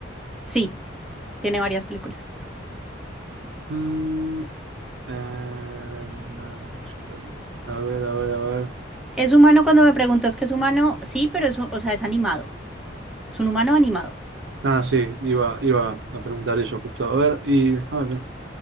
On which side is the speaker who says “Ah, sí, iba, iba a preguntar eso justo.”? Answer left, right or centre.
Right